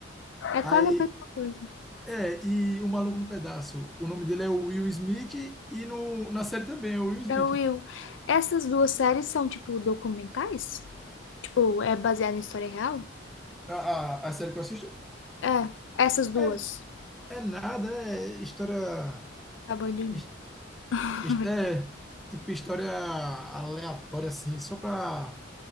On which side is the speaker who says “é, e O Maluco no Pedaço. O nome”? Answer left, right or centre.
Centre